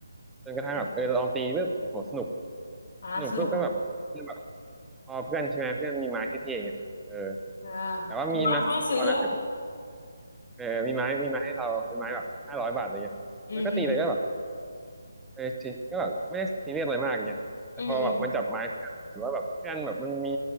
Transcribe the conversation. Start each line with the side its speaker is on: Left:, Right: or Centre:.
Centre: จนกระทั่งแบบเออลองตีปุ๊บโหสนุก
Left: อืมอ่าสนุก
Centre: สนุกปุ๊บก็แบบเพื่อนแบบพอเพื่อนใช่ไหมเพื่อนมีไม้เท่ๆอย่างเงี้ยเออ
Left: อ่า
Centre: แต่ว่ามีมาสองคนนะแบบ
Left: เดี๋ยวนะเขาต้องซื้ออ่ะ
Centre: เออมีไม้มีไม้ให้เราเป็นไม้แบบห้าร้อยบาทอะไรเงี้ยแล้วก็ตีไปก็แบบ
Left: อืมอืม
Centre: เออชิก็แบบไม่ได้ซีเรียสอะไรมากเงี้ยแต่พอแบบมันจับไม้
Left: อืมอืม
Centre: หรือว่าแบบเพื่อนแบบมันมี